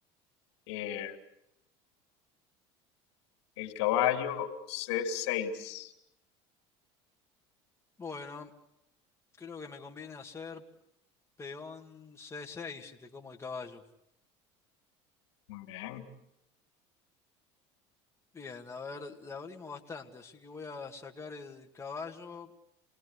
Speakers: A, on the left; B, on the left.
A: Eh, el caballo C6.
B: Bueno, creo que me conviene hacer peón C6 si te como el caballo.
A: Muy bien,
B: Bien, a ver, la abrimos bastante, así que voy a sacar el caballo.